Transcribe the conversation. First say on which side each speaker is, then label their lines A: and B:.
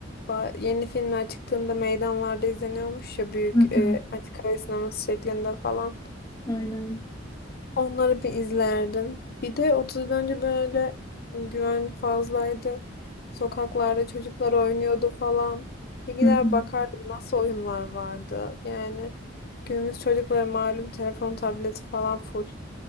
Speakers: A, on the left (about 55°); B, on the left (about 15°).
A: ba- yeni filmler çıktığında meydanlarda izleniyormuş ya büyük
B: Hı
A: e,
B: hı.
A: açık hava sineması şeklinde falan.
B: Aynen.
A: Onları bir izlerdim. Bir de 30 yıl önce böyle güven fazlaydı. Sokaklarda çocuklar oynuyordu falan. Bir gider
B: Hı hı.
A: bakardım nasıl oyunlar vardı. Yani günümüz çocukları malum telefon, tableti falan full.